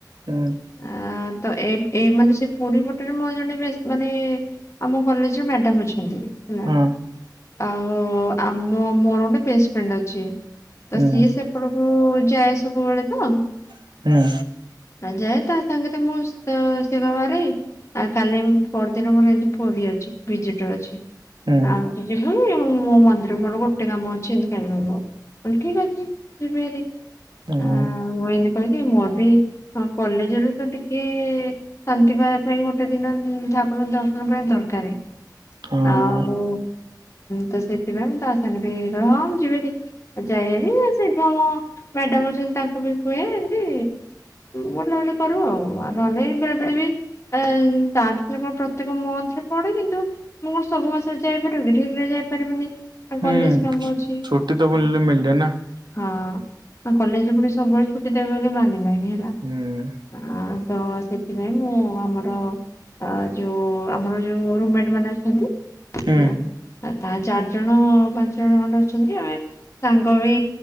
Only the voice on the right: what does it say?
ହୁଁ।
ହଁ
ହୁଁ
ହୁଁ
ହୁଁ।
ହୁଁ।
ହଁ
ହୁଁ
ଛୁଟି ତ ବୁଲିଲେ ମିଳିଲେ ନା
ହୁଁ।
ହୁଁ